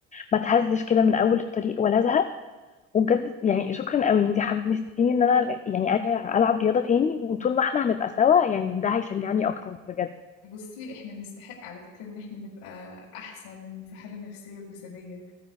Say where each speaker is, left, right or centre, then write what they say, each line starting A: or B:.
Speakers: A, on the left; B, on the left.
A: ما اتهزش كده من اول الطريق ولا ازهق وبجد يعني شكرا قوي انت حمستيني ان انا يعني ارجع العب رياضه تاني وطول ما احنا هنبقى سوا يعني ده هيشجعني اكتر بجد
B: بصي احنا نستحق على فكرة ان احنا نبقى احسن في حالة نفسية وجسدية